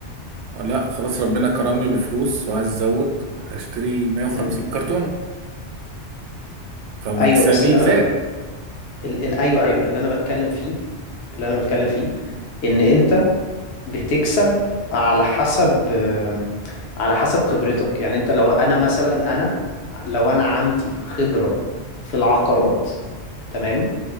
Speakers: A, on the right; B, on the left.
A: لا خلاص ربنا كرمني بفلوس وعايز ازود هشتري 150
B: مم.
A: كرتونة فمكسبي
B: ايوه بس اللي انا
A: زاد
B: ب... ال... ال... ايوه ايوه اللي انا بتكلم فيه اللي انا بتكلم فيه ان انت بتكسب على حسب على حسب خبرتك يعني انت لو انا مثلا انا لو انا عندي خبرة في العقارات تمام